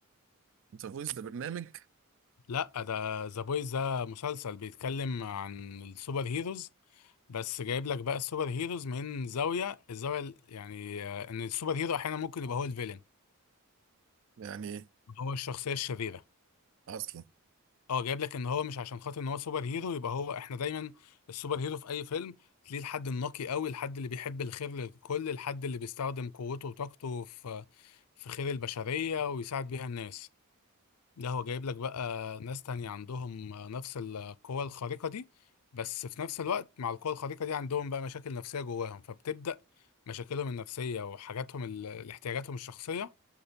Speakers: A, on the right; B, on the left.
A: انت فويس ده برنامج
B: لا ده ذا بويز ده مسلسل بيتكلم عن السوبر هيروز بس جايب لك بقى السوبر هيروز من زاوية الزاوية ال- يعني آه، ان السوبر هيرو احيانا ممكن يبقى هو الفيلن
A: يعني
B: هو الشخصية الشريرة
A: أصلا
B: اه جايب لك ان هو مش عشان خاطر ان هو سوبر هيرو يبقى هو احنا دايما السوبر هيرو في اي فيلم تلاقيه الحد النقي قوي الحد اللي بيحب الخير للكل الحد اللي بيستخدم قوته وطاقته في في خير البشرية ويساعد بيها الناس ده هو جايب لك بقى ناس تانية عندهم نفس القوة الخارقة دي بس في نفس الوقت مع القوة الخارقة دي عندهم بقى مشاكل نفسية جواهم فبتبدأ مشاكلهم النفسية وحاجاتهم ال- احتياجاتهم الشخصية